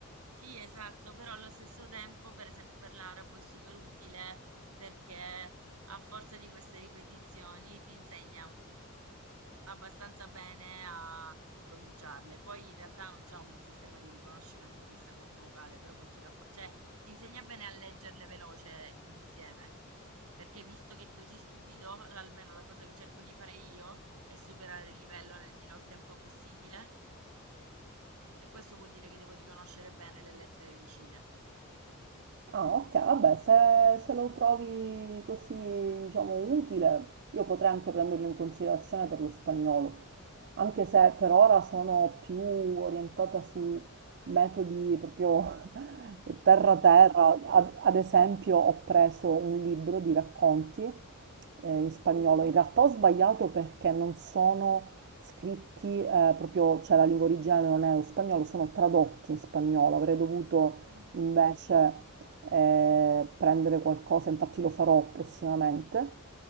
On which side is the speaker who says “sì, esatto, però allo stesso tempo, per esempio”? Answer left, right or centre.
Right